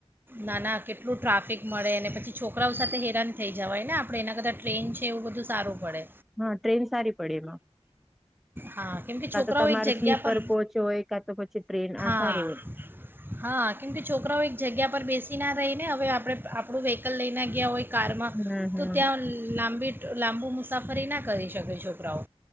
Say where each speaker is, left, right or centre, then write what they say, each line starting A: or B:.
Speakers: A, on the right; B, in the centre.
A: નાના કેટલું ટ્રાફિક મળે અને પછી છોકરાઓ સાથે હેરાન થઈ જવાય ને આપણે એના કરતાા ટ્રેન છે એવું બધું સારું પડે.
B: હા ટ્રેન સારી પડે એમાં
A: હા કેમ કે
B: કા
A: છોકરાઓ
B: તો તમારે
A: એક જગ્યા
B: સ્લીપર
A: પર
B: કોચ હોય કાં તો પછી ટ્રેન
A: હા
B: સારું
A: હા કેમ કે છોકરાઓ એક જગ્યા પર બેસી ના રહીને હવે આપડે આપડું વેહિકલ લઈને ગયા હોય કારમાં
B: હોય હમ
A: તો
B: હમ
A: ત્યાં લાંબી લાંબુ મુસાફરી ના કરી શકે છોકરાઓ.